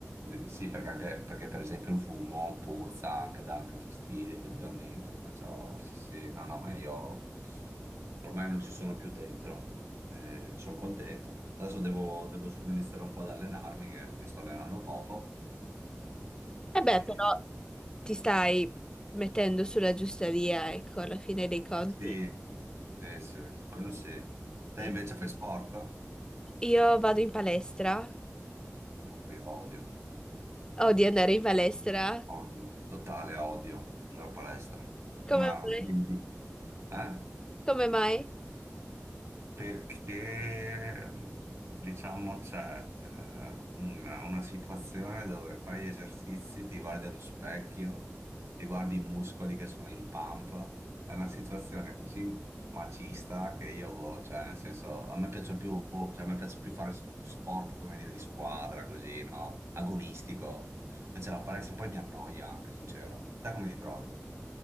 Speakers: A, on the right; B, on the left.
A: Sì, perché, anche, perché per esempio il fumo puzza, anche dà anche fastidio effettivamente, perciò sì, sì, no, no, ma io ormai non ci sono più dentro, Eh, sono contento. Adesso devo, devo solo iniziare un po' ad allenarmi, che mi sto allenando poco.
B: Eh beh,
A: Eh,
B: però ti stai mettendo sulla giusta via, ecco, alla fine dei conti.
A: sì, sì, sì, quello sì. Te
B: Mm.
A: invece fai sport?
B: Io vado in palestra,
A: No, io odio,
B: odio andare in palestra.
A: odio, totale odio andare a palestra.
B: Come
A: Ma
B: mai?
A: dimmi, eh?
B: Come mai?
A: perché mh, diciamo c'è eh, una, una situazione dove fai gli esercizi, ti guardi allo specchio, ti guardi i muscoli che sono in pump, è una situazione così macista che io, boh, cioè nel senso, a me piace più, cioè, a me piace più fare s- sport, come dire, di squadra, così, no? Agonistico. Invece la palestra poi mi annoia anche, sincero. Te come ti trovi?